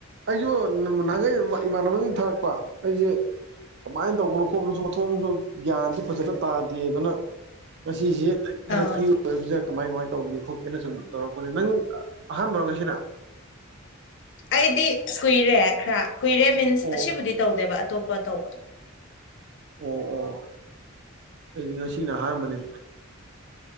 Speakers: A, on the right (about 55°); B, on the left (about 60°).
A: ꯑꯩꯖꯨ ꯅꯍꯥꯟꯒꯩ <unintelligible> ꯏꯃꯥꯟꯅꯕꯖꯤꯡ ꯊꯥꯔꯛꯄ ꯑꯩꯖꯤ ꯀꯃꯥꯏꯟ ꯇꯧꯕꯅꯣ ꯈꯣꯠꯄꯅꯣꯁꯨ ꯃꯊꯣꯡꯁꯨ ꯒ꯭ꯌꯥꯟꯁꯨ ꯐꯖꯅ ꯇꯥꯗꯦ ꯑꯗꯨꯅ ꯉꯁꯤꯁꯤ ꯑꯩ ꯈꯔ
B: ꯑꯧ
A: ꯐ꯭ꯔꯤ ꯑꯣꯏꯕꯁꯤꯗ ꯀꯃꯥꯏ ꯀꯃꯥꯏ ꯇꯧꯒꯦ ꯈꯣꯠꯀꯦꯅ ꯁꯨꯝ ꯇꯧꯔꯛꯄꯅꯦ ꯅꯪ ꯑꯍꯥꯟꯕꯔꯣ ꯉꯁꯤꯅ
B: ꯑꯩꯗꯤ ꯀꯨꯏꯔꯦ ꯈꯔ ꯀꯨꯏꯔꯦ ꯃꯤꯟꯁ
A: ꯑꯣ
B: ꯑꯁꯤꯕꯨꯗꯤ ꯇꯧꯗꯦꯕ ꯑꯇꯣꯞꯄ ꯇꯧꯕ
A: ꯑꯣ ꯑꯣ ꯑꯩꯗꯤ ꯉꯁꯤꯅ ꯑꯍꯥꯟꯕꯅꯤ